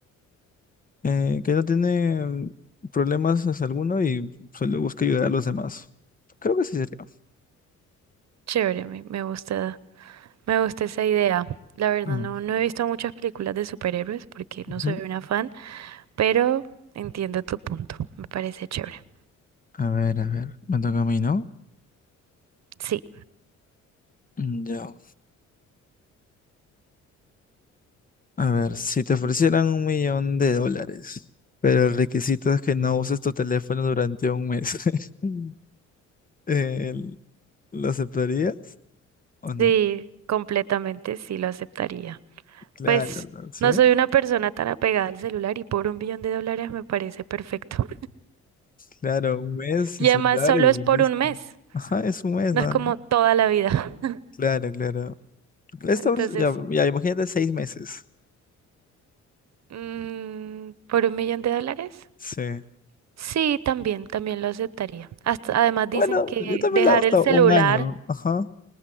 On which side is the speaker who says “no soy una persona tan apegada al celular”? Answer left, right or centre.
Right